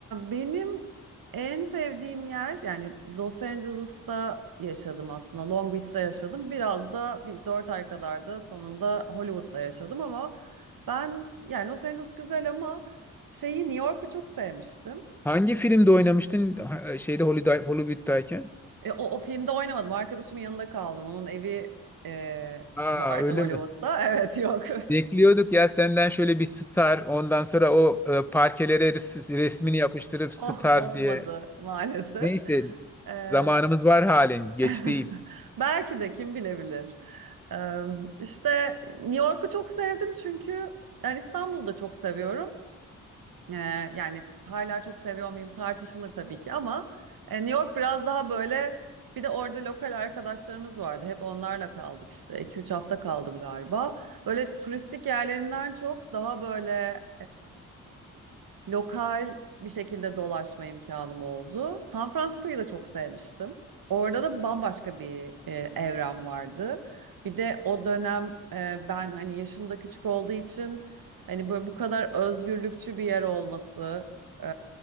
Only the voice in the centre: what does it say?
Hangi filmde oynamıştın Ha- şeyde Hollywood- Hollywood'dayken?
Aa
öyle
mi?
Bekliyorduk ya senden şöyle bir star, ondan sonra o e, parkelere res- resmini yapıştırıp
star
diye.
Neyse
zamanımız var halen,
geç değil.